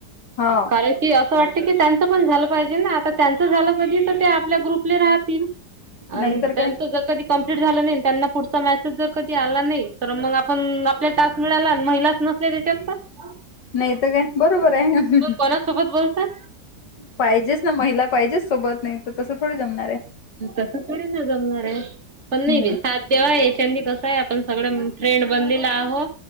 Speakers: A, on the left; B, on the right.
A: हा
B: कारण की असं वाटत की त्यांचं पण झालं पाहिजे ना आता त्यांचं झालं कधी तर ते आपल्या ग्रुपले राहतील. अनं
A: नाहीतर
B: त्यांत
A: काय
B: ज कधी -- कम्प्लीट झालं नाही. त्यांना पुढ मसेज जर कधी आला नाही तर, मग आपण आप टास्क मिळाला महिला -- नसलेच्या- -
A: नाहीतर काय बरोबर हाय.
B: मग कोणासोबत बोलतात.
A: पाहिजेच ना महिला पाहिजेच सोबत नाही तर, तसं थोडे जमणारयं.
B: तस थोडी ना जमणारयं पण नाही
A: हम्म.
B: बे सात देवा आहे. त्यांनी कस आहे, आपण सगळ ट्रेंड बनलेला आहो